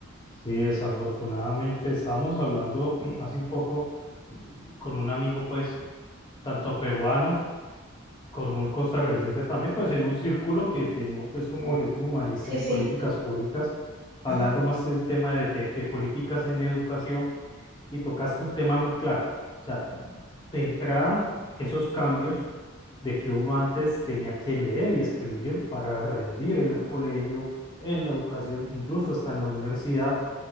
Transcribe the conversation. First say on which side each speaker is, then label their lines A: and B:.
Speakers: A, on the left; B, on the right.
A: Sí, desafortunadamente estábamos hablando <clears throat> hace un poco mm, con un amigo, pues, tanto peruano, con un costarricense también, pues en un círculo que tenemos, pues, como yo como magíster
B: Sí,
A: en
B: sí.
A: políticas públicas, hablando
B: ujú.
A: más del tema de, de de políticas en educación y tocaste un tema muy claro. O sea, de entrada, esos cambios de que uno antes tenía que leer y escribir para rendir en el colegio, en la educación, incluso hasta en la universidad,